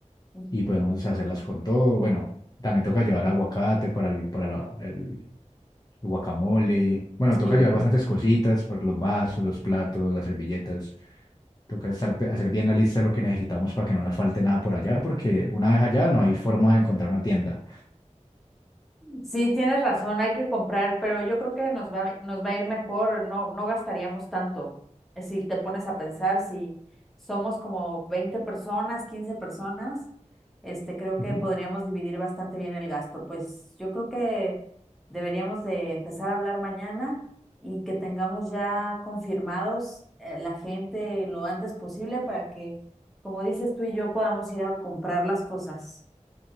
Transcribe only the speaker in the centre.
ujú,
Sí.
Sí, tienes razón, hay que comprar, pero yo creo que nos va, nos va a ir mejor, no, no gastaríamos tanto. Eh, Si te pones a pensar, si somos como 20 personas, 15 personas, este, creo que
podríamos dividir bastante bien el gasto. Pues yo creo que deberíamos de empezar a hablar mañana y que tengamos ya confirmados eh, la gente lo antes posible para que, como dices tú y yo, podamos ir a comprar las cosas.